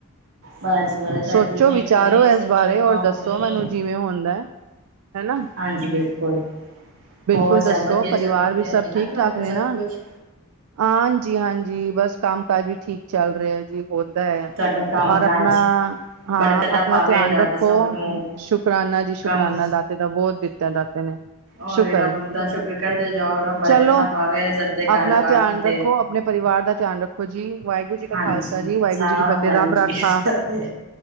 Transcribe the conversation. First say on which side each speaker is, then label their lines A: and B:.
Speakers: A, on the right; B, on the right.
A: ਬਸ ਬਸ ਵਾਹਿਗੁਰੂ
B: ਸੋਚੋ
A: ਮੇਹਰ
B: ਵਿਚਾਰੋ
A: ਕਰੇ ਸਭ
B: ਇਸ ਬਾਰੇ
A: ਚੰਗਾ
B: ਔਰ ਦੱਸੋ
A: ਹੋਏ
B: ਮੈਨੂੰ ਜਿਵੇਂ ਹੁੰਦਾ। ਹਨਾ
A: ਹਾਂਜੀ ਬਿਲਕੁਲ। ਹੋਰ
B: ਕੁਲ
A: ਸਭ
B: ਦੱਸੋ
A: ਵਧੀਆ
B: ਪਰਿਵਾਰ
A: ਚੱਲਦਾ
B: ਵੀ
A: ਪਿਆ
B: ਸਭ
A: ਜੇ ਨਾ
B: ਠੀਕ-ਠਾਕ
A: ਤੁਹਾਡਾ
B: ਨੇ
A: ਸਭ
B: ਨਾ?
A: ਕੁਛ
B: ਹਾਂਜੀ-ਹਾਂਜੀ ਬਸ ਕੰਮ ਕਾਜ ਵੀ ਠੀਕ ਚੱਲ ਰਿਹਾ। ਜੀ ਹੋਤਾ ਹੈ,
A: ਤੁਹਾਡਾ ਕੰਮ
B: ਔਰ
A: ਕਾਜ
B: ਆਪਣਾ ਹਾਂ
A: ਬਰਕਤਾਂ
B: ਆਪਣਾ
A: ਪਾਵੇ
B: ਧਿਆਨ
A: ਰੱਬ
B: ਰੱਖੋ।
A: ਸਭ ਨੂੰ
B: ਸ਼ੁਕਰਾਨਾ ਜੀ
A: ਕੰਮ
B: ਸ਼ੁਕਰਾਨਾ ਦਾਤੇ ਦਾ ਬਹੁਤ ਦਿੱਤਾ ਦਾਤੇ ਨੇ।
A: ਉਹ
B: ਸ਼ੁਕਰ
A: ਰੱਬ
B: ਹੈ
A: ਦਾ ਸ਼ੁਕਰ ਕਰਦੇ ਜਾਵੋ ਬਰਕਤਾ
B: ਚਲੋ
A: ਪਾਵੇ ਸਭ ਦੇ
B: ਆਪਣਾ
A: ਘਰ ਕੰਮ
B: ਧਿਆਨ
A: ਤੇ।
B: ਰੱਖੋ ਆਪਣੇ ਪਰਿਵਾਰ ਦਾ ਧਿਆਨ ਰੱਖ ਖੋ ਜੀ, ਵਾਹਿਗੁਰੂ ਜੀ ਕਾ
A: ਹਾਂਜੀ
B: ਖਾਲਸਾ ਜੀ ਵਾਹਿਗੁਰੂ
A: ਸਾ
B: ਜੀ ਕੀ ਫਤਿਹ
A: ਵਾਹਿਗੁਰੂ
B: ਰੱਬ ਰਾਖਾ।
A: ਜੀ ਕੀ ਫਤਿਹ